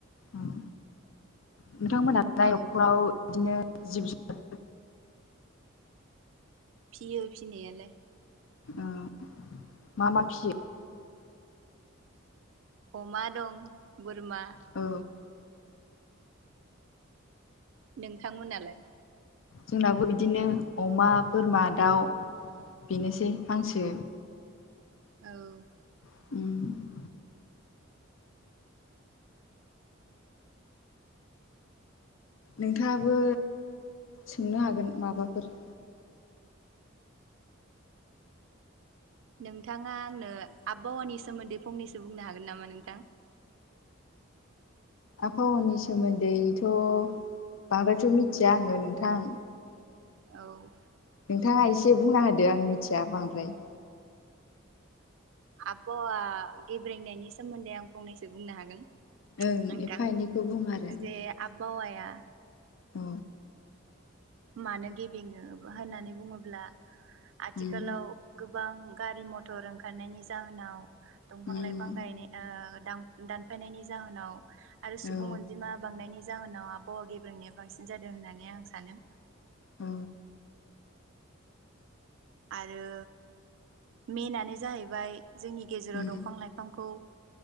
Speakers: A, on the left (about 70°); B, on the right (about 65°).
A: होम नोंथांमोनहा
B: औ
A: न'खराव बिदिनो जिब जुनार
B: फियो फिनायालाय।
A: ओ‌ मा मा फियो?
B: अमा दं बोरमा
A: औ
B: नोंथांमोनालाय?
A: जोंनाबो बिदिनो अमा बोरमा दाउ बेनोसै हांसो।
B: औ
A: ओम नोंथाङाबो सोंनो हागोन माबाफोर
B: नोंथाङा आंनो आबहावानि सोमोन्दै फंनैसो बुंनो हागोन नामा नोंथां।
A: आबहावानि सोमोन्दैथ' बांद्रायथ' मिथिया आङो नोंथां
B: औ
A: नोंथाङा एसे बुंना होदो आं मिथिया बांद्राय।
B: आबहावा गेब्रेंनायनि सोमोन्दै आं फंनैसो बुंनो हागोन।
A: ओं
B: नोंथां
A: एफा एनैखौ बुङो आरो।
B: जे आबहावाया
A: अ
B: मानो गेबेङो होननानै बुङोब्ला आथिखालाव
A: उम
B: गोबां गारि मथर ओंखारनायनि जाहोनाव दंफां
A: उम
B: लाइफां गायनाय ओ दां-दानफायनायनि जाहोनाव आरो सुबुं
A: औ
B: अनजिमा बांनायनि जाहोनाव आबहावा गेब्रेंनाया बांसिन जादों होननानै आं सानो।
A: औ
B: आरो मेनानो जाहैबाय जोंनि गेजेराव
A: उम
B: दंफां लाइफां बिफांखौ